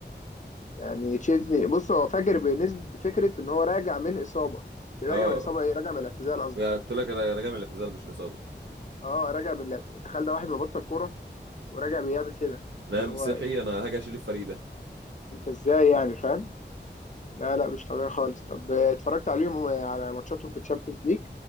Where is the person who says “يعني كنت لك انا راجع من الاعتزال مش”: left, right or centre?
Right